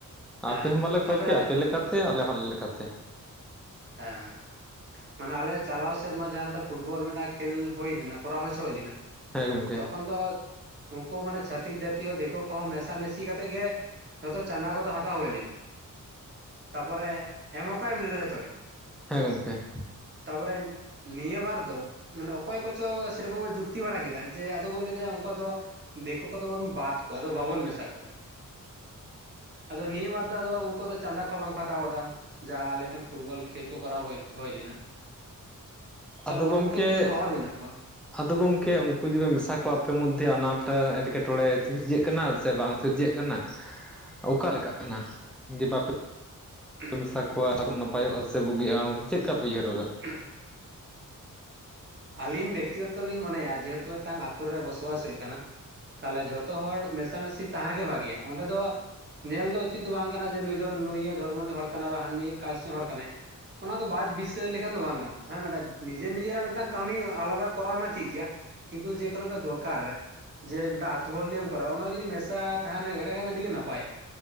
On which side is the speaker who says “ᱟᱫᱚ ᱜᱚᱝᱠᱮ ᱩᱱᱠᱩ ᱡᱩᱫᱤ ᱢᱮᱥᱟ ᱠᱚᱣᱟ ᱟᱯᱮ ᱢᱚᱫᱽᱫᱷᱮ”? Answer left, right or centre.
Centre